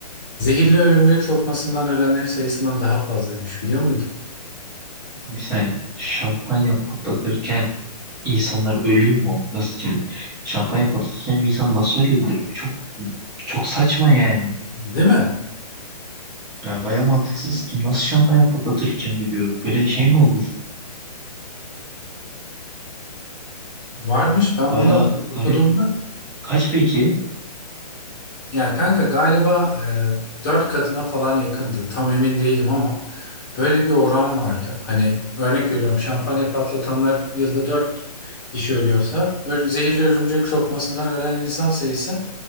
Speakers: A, on the left; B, on the right.
A: zehirli örümcek sokmasından ölenlerin sayısından daha fazlaymış biliyor muydun?
B: Bir saniye. Şampanya patlatırken insanlar ölüyor mu? Nasıl şimdi? Şampanya patlatırken bir insan nasıl ölebilir? Çok çok saçma yani.
A: Değil mi?
B: Yani bayağı mantıksız ki nasıl şampanya patlatırken ölüyor? Böyle şey mi olur?
A: Varmış. Ben
B: Bayağı
A: bunu okuduğumda
B: garip. Kaç peki?
A: Ya kanka galiba e, 4 katına falan yakındı. Tam emin değilim ama böyle bir oran vardı. Hani örnek veriyorum şampanya patlatanlar yılda 4 kişi ölüyorsa ö- zehirli örümcek sokmasından ölen insan sayısı